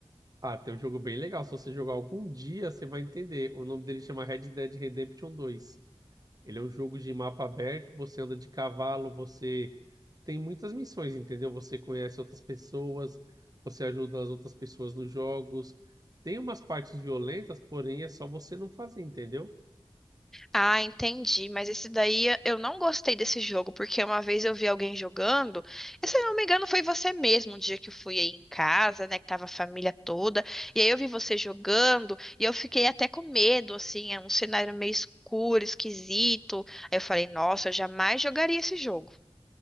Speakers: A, on the right (about 35°); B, in the centre.
A: Ah, tem um jogo bem legal. Se você jogar algum dia, você vai entender. O nome dele chama Red Dead Redemption 2. Ele é um jogo de mapa aberto, você anda de cavalo, você tem muitas missões, entendeu? Você conhece outras pessoas, você ajuda as outras pessoas nos jogos. Tem umas partes violentas, porém é só você não fazer, entendeu?
B: Ah, entendi. Mas esse daí eu não gostei desse jogo, porque uma vez eu vi alguém jogando, e se eu não me engano foi você mesmo, um dia que eu fui aí em casa, né, que tava a família toda, e aí eu vi você jogando, e eu fiquei até com medo, assim, é um cenário meio escuro, esquisito. Aí eu falei, nossa, eu jamais jogaria esse jogo.